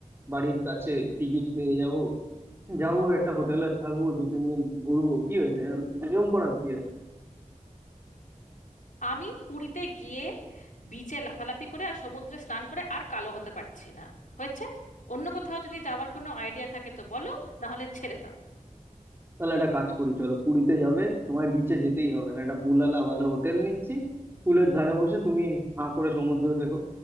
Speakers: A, on the right; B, on the left.
A: বাড়ির কাছে টিকিট পেয়ে যাব যাবো একটা হোটেলে থাকবো দু তিন দিন ঘুরবো কি হয়েছে এরকম এরকম করার কি আছে
B: আমি পুরীতে গিয়ে বিচে লাফালাফি করে আর সমুদ্রে স্নান করে আর কালো হতে পারছি না হয়েছে অন্য কোথাও যদি যাওয়ার কোনো আইডিয়া থাকে তো বলো না হলে ছেড়ে দাও
A: তাহলে একটা কাজ করি চলো পুরীতে যাবে তোমায় বিচে যেতেই হবে না একটা পুলালা ভালো হোটেল নিচ্ছি পুলের ধারে বসে তুমি হাঁ করে সমুদ্র দেখো